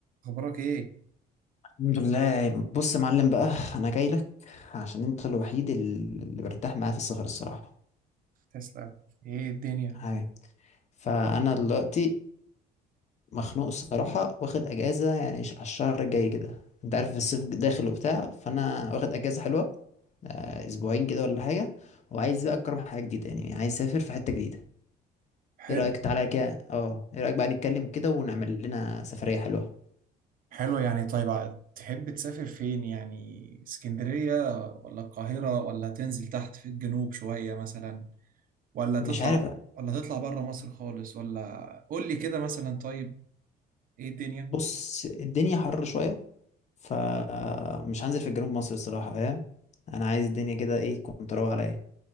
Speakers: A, on the right; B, on the left.
A: أخبارك إيه؟
B: الحمد لله بص يا معلم بقى انا جاي لك عشان انت الوحيد ال- اللي برتاح معاه في السفر الصراحه
A: تسلم إيه الدنيا؟
B: هاي فانا دلوقتي مخنوق الصراحه واخد اجازه يعني ش- على الشهر الجاي كده انت عارف الصيف داخل وبتاع فانا واخد اجازه حلوه آه، اسبوعين كده ولا حاجه وعايز بقى اجرب حاجه جديده يعني عايز اسافر في حته جديده
A: حلو
B: ايه رايك تعالى كده اه ايه رايك بقى نتكلم كده ونعمل لنا سفريه حلوه
A: حلو يعني طيب ع- تحب تسافر فين يعني اسكندرية ولا القاهرة ولا تنزل تحت في الجنوب شوية مثلا ولا تطلع
B: مش عارف
A: ولا تطلع بره مصر خالص ولا قول لي كده مثلا طيب إيه الدنيا؟
B: بص الدنيا حر شويه فمش هنزل في جنوب مصر الصراحة فاهم انا عايز الدنيا كده ايه كنت روق عليا